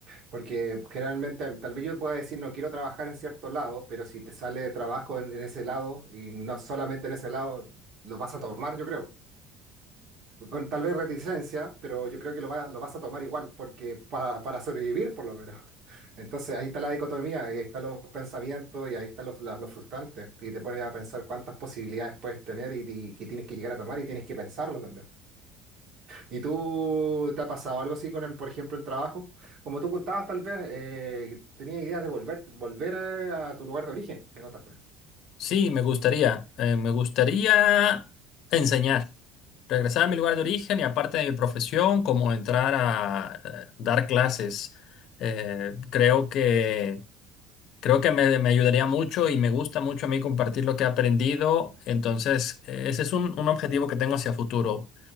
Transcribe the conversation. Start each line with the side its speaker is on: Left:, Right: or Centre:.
Right: Porque generalmente, tal vez yo pueda decir, no quiero trabajar en cierto lado, pero si te sale trabajo en, en ese lado y no solamente en ese lado, lo vas a tomar, yo creo con tal vez reticencia, pero yo creo que lo, va- lo vas a tomar igual, porque pa- para sobrevivir por lo menos. <laughs> Entonces ahí está la dicotomía, ahí están los pensamientos y ahí están los, la- los frustrantes. Y te pones a pensar cuántas posibilidades puedes tener y, y que tienes que llegar a tomar y tienes que pensarlo también. ¿Y tú te ha pasado algo así con el, por ejemplo, en trabajo? Como tú contabas, tal vez eh, tenías ideas de volver, volver eh, a tu lugar de origen, me contaste.
Left: Sí, me gustaría. Eh, me gustaría enseñar, regresar a mi lugar de origen y aparte de mi profesión, como entrar a eh, dar clases. Eh, creo que... Creo que me, me ayudaría mucho y me gusta mucho a mí compartir lo que he aprendido. Entonces, eh, ese es un, un objetivo que tengo hacia futuro.